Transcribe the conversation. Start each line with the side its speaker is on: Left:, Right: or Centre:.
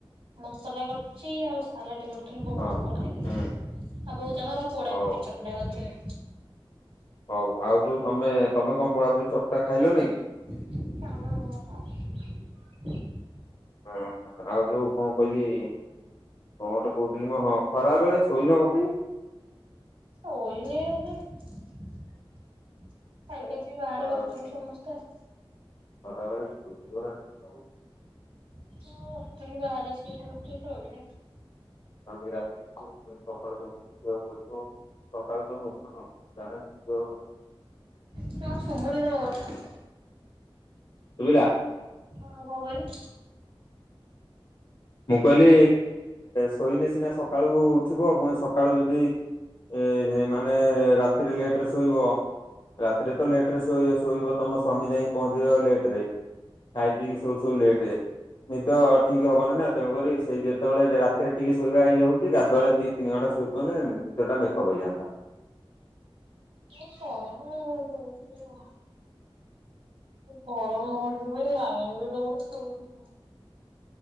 Right: ମସଲା କରଚି ଆଉ ସାଲାଡ କରିଥିଲୁ। ବୋଉଙ୍କର
Left: ହଁ
Right: ମୋର ଖାଇଦେଲୁ।
Left: ହୁଁ
Right: ବୋଉ ତାଙ୍କର ପୋଡ଼ା
Left: ହଉ।
Right: ପୋଡ଼ି ଚକଟା କରିଥିଲେ।
Left: ହଉ ଆଉ ଯୋଉ ତମେ ତମେ କଣ ପୋଡ଼ାପୋଡିି଼ ଚକଟା ଖାଇଲନି କି?
Right: <inaudible>
Left: ହଁ, ଆଉ ଯୋଉ କଣ କହିଲି? କଣ ଗୋଟେ କହୁଥିଲି ମଁ ହଁ ଖରା ବେଳେ ଶୋଇନ କଣ ପାଇଁ?
Right: ଶୋଇନି ହିନ୍ଦୀ। ଖାଇକି
Left: ଏ
Right: ଆସିକି ବାହାରେ
Left: ଖରାବେଳେ
Right: ବସିଥିଲୁ ସମସ୍ତେ।
Left: <unintelligible>
Right: <unintelligible>
Left: ଆମେ ରାତିରେ <unintelligible> ସକାଳୁ ତ ବସନ <unintelligible>
Right: ଯଥା ଶୁବୁନି ତମ କଥା।
Left: ଶୁଭିଲା?
Right: <unintelligible> କଣ କହିଲୁ?
Left: ମୁଁ କହିଲି ଶୋଇଲେ ସିନା ସକାଳୁ ଉଠିବ ପୁଣି ସକାଳୁ ଯଦି ଏ ମାନେ ରାତିରେ ଲେଟରେ ଶୋଇବ। ରାତିରେ ତ ଲେଟ ରେ ଶୋଇ ଶୋଇବ ତମ ସ୍ୱାମୀ ଯାଇଁ ପହଞ୍ଚିଯିବ ଲେଟ ରେ। ଖାଇ ପିଇକି ଶୋଉ ଶୋଉ ଲେଟ୍ ନିଦ ଠିକ ହବନି ନା ତେଣୁକରି ସେଇ ଯେତେବେଳେ ରାତିରେ ଟିକେ ଶୋଇବା ଇଏ ହଉଛି ଗାଧୁଆ ବେଳେ ଦି ତିନି ଘଣ୍ଟାଶୋଇ ପଡି଼ଲେ ନିଦଟା ମେକଅ୍ ହେଇଯାନ୍ତା।
Right: ମୁଁ ଶୋଏନି <unintelligible> ଗରମ ହଉଛି ବି ଲାଇନ୍ ବି ରହୁନି ଶୋଇବି କଣ?